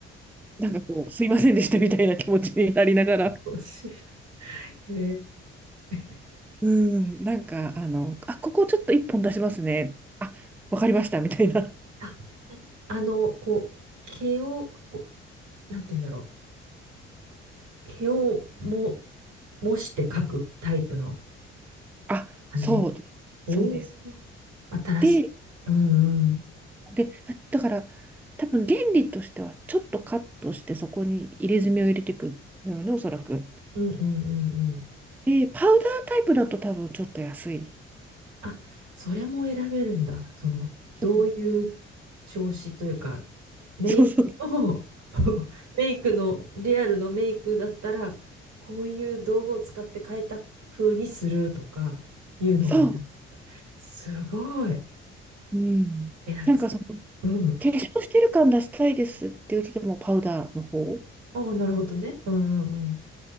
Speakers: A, in the centre; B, on the right.
A: なんかこう、すいませんでしたみたいな気持ちになりながら、
B: 面白い。へえ。
A: うん、なんか、あの、あ、ここちょっと一本出しますね。あ、わかりました、みたいな。
B: あ、あの、こう、毛を、こう、なんて言うんだろう。毛をも、模して描くタイプの
A: あ、
B: 感じ
A: そうで、そうです。
B: おおー、新しい。
A: で
B: うんうん。
A: で、だから多分原理としてはちょっとカットしてそこに入れ墨を入れていくるよね、おそらく。
B: うんうんうんうん。
A: で、パウダータイプだと多分ちょっと安い。
B: あ、それも選べるんだ。その、どういう
A: うん
B: 調子というか、メイクの、
A: そうそう。
B: <laughs> メイクの、リアルのメイクだったら、こういう道具を使って変えた風にするとか、いうのが選べると。
A: そう。
B: すごい。
A: うん。
B: え、なんか、
A: なんかその、化
B: うん。
A: 粧してる感出したいですって言っててもパウダーの方。
B: ああ、なるほどね。うんうんうん。